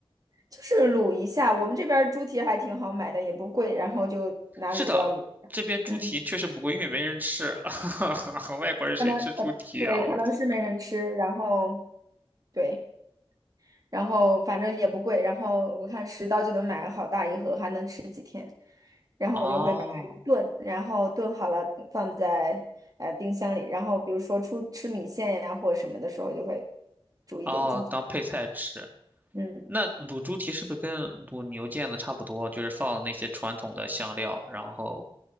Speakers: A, on the right (about 40°); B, on the right (about 20°).
A: 就是卤一下。我们这边儿猪蹄还挺好买的，也不贵，然后就拿卤料卤一下。
B: 是的，这边猪蹄确实不贵，
A: 嗯，
B: 因为没人吃，<laughs> 哈哈，外国人谁吃猪蹄啊？
A: 可能可对，
B: 我天。
A: 可能是没人吃，然后对，然后反正也不贵，然后我看十刀就能买好大一盒，还能吃几天。然后我就会把它炖，
B: 哦
A: 然后炖好了放在呃冰箱里，然后比如说出吃米线呀或者什么的时候，就会煮一点进去。
B: 哦，当配菜吃。
A: 嗯，
B: 那卤猪蹄是不是跟卤牛腱子差不多？就是放那些传统的香料，然后